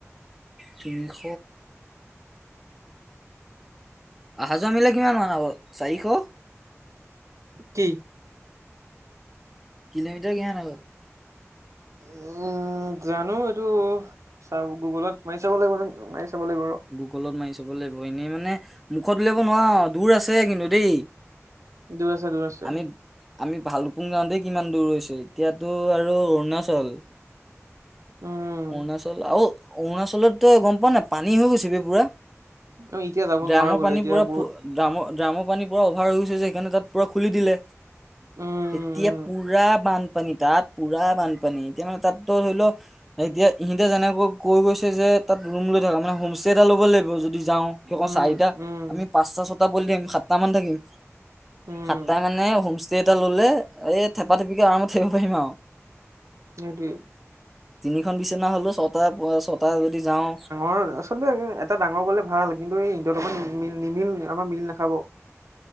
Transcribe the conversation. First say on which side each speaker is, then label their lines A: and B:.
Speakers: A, in the centre; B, on the right.
A: তিনিশ। আহা যোৱা মিলাই কিমান মন হাব চাৰিশ?
B: কি?
A: কিলোমিটাৰ কিমান হ'ব?
B: উম, উম, জানো এইটো চাব গুগলত মাৰি চাব লাগিব ন মাৰি চাব লাগিব ৰ
A: গুগলত মাৰি চব লাগিব, এনেই মানে মুখত উলিয়াব নোৱা ৰ' দূৰ আছে কিন্তু দেই।
B: দুৰ আছে। দুৰ আছে।
A: আমি আমি ভালুকপুং যাওঁতে কিমান দূৰ হৈছে, এতিয়াতো আৰু অৰুণাচল!
B: উম
A: অৰুণাচল। আও। অৰুণাচলতটো গম পোৱা নে নাই, পানী হৈ গৈছে বে পুৰা।
B: অ এতিয়া যাব
A: ড্ৰামৰ
B: নোৱাৰো বোলে
A: পানী
B: এতিয়া
A: পুৰা,
B: বহুত
A: ড্ৰামৰ- ড্ৰামৰ পানী পুৰা অভাৰ হৈ গৈছে যে, সেইকাৰণে তাত পুৰা খুলি দিলে,
B: উম
A: এতিয়া পুৰা বান বান পানী। তাত পুৰা বানপানী। এতিয়া মানে তাত তো- ধৰি ল- এতিয়া ইহিতে যেনেকৈ কৈ গৈছে যে তাত ৰুম লৈ থকা মানে - হোমষ্টেই এটা ল'ব লাগিব। যদি যাওঁ। কিয় ক
B: উম
A: চাৰিটা
B: উম
A: আমি পাঁচটা- ছটা <unintelligible> সাতটামান থাকিম।
B: উম
A: সাতটা মানে হোমষ্টে এটা ললে এই থেপা থেপিকে আৰামত থাকিব পাৰিম আৰু।
B: সিটোৱে।
A: তিনিখন বিচনা হলেও ছটা ছটা যদি যাওঁ।
B: হ'ল আচলতে এটা ডাঙৰ গ'লে ভাল কিন্তু এই তেওঁলোকৰ নিমিল আমাৰ মিল নাখাব।